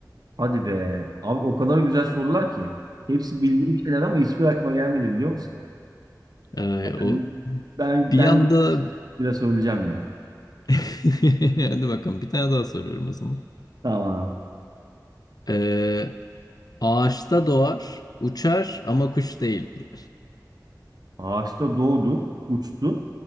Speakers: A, on the right (about 60°); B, on the left (about 60°).
A: Hadi be. Abi o kadar güzel sorular ki. Hepsi bildiğim şeyler ama hiçbir aklıma gelmedi biliyor musun?
B: Ee,
A: Yani
B: o
A: Ben
B: bir
A: ben
B: anda
A: bunu biraz söyleyeceğim ya.
B: <laughs> Hadi bakalım bir tane daha soruyorum o zaman.
A: Tamam.
B: Ee, ağaçta doğar, uçar ama kuş değildir.
A: Ağaçta doğdu, uçtu